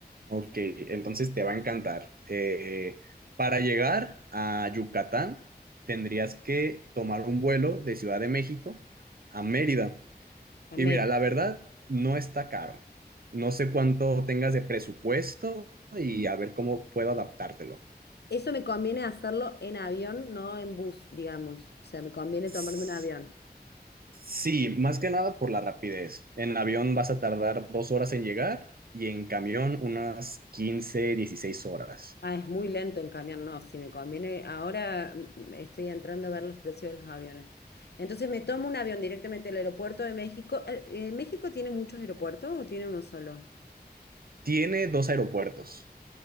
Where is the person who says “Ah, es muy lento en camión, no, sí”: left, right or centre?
Left